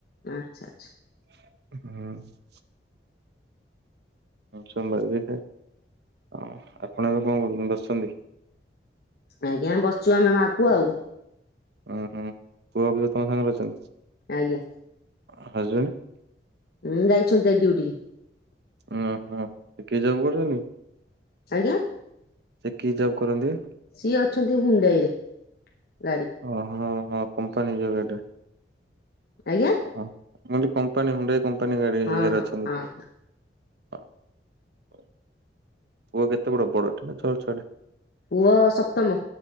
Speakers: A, on the left; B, on the right.
A: ଆଚ୍ଛା ଆଚ୍ଛା।
B: ହୁଁ। ସୋମବାର ହଁ ଆପଣ ଏବେ କଣ କରୁ ବଛନ୍ତି?
A: ଆଜ୍ଞା ବସିଚୁ ଆମେ ମାଆ ପୁଅ ଆଉ।
B: ଓଁ ହୋ ପୁଅ ବି ତମ ସହିତ <unintelligible>
A: ଆଜ୍ଞା।
B: <unintelligible>
A: ଉୁଁ ଯାଇଛନ୍ତି <unintelligible> ଡ୍ୟୁଟି।
B: ଓହୋ କିଏ ଜବ କରୁଛନ୍ତି?
A: ଆଜ୍ଞା?
B: ସେ କି ଜବ୍ କରନ୍ତି?
A: ସିଏ ଅଛନ୍ତି ହୁଣ୍ଡାଇ ରେ ଗାଡି।
B: ଓହଁ ହଁ କମ୍ପାନୀ ଗାଡ଼ିରେ।
A: ଆଜ୍ଞା?
B: ହ ମ କମ୍ପାନୀ ହୁଣ୍ଡାଇ କମ୍ପାନୀ ଗାଡି
A: ହଁ
B: ଏରେ
A: ହଁ
B: ଅଛନ୍ତି?
A: ହଁ
B: ହ ପୁଅ କେତେ ବଡ ବଡଟେ ନା ଛୋଆ ଛୁଆଟେ?
A: ପୁଅ ସପ୍ତମ